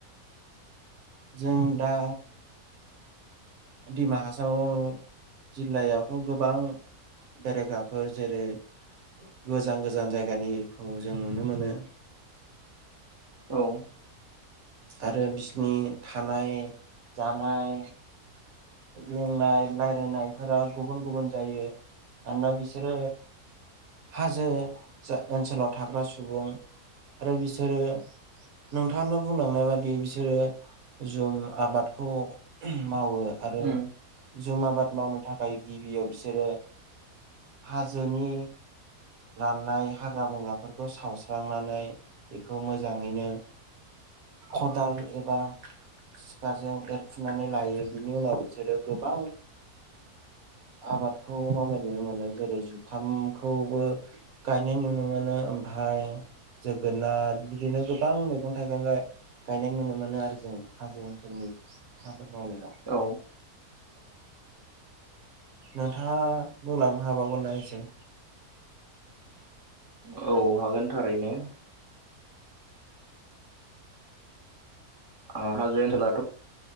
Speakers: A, on the right; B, on the right.
A: जों दा डिमा हासाव जिल्लायावथ' गोबां बेरायग्राफोर जेरै गोजान गोजान जायगानिखौ जों नुनो मोनो।
B: औ
A: आरो बिसिनि थानाय जानाय लोंनाय रायलायनायफोरा गुबुन गुबुन जायो। मानोना बिसोरो हाजो जा ओनसोलाव थाग्रा सुबुं आरो बिसोरो नोंथाङानो बुंलांनाय बादि बिसोरो जुम आबादखौ मावो आरो
B: उम
A: जुम आबाद मावनो थाखाय गिबियाव बिसोरो हाजोनि राननाय हाग्रा बंग्राफोरखौ सावस्रांनानै बेखौ मोजाङैनो खदाल एबा सिखाजों एरखुनानै लायो बिनि उनाव बिसोरो गोबां आबादखौ मावनाय नुनो मोनो जेरै जुखामखौबो गायनाय नुनो मोनो ओमफ्राय जोगोनार बिदिनो गोबां मैगं थाइगं गायनाय नुनो मोनो आरो जों हाजो ओनसोलनि आबाद मावनायाव
B: औ
A: नोंथाङा बुंलांनो हाबावगोनना एसे
B: औ हागोन थारैनो ओ हाजो ओनसोलाथ'
A: औ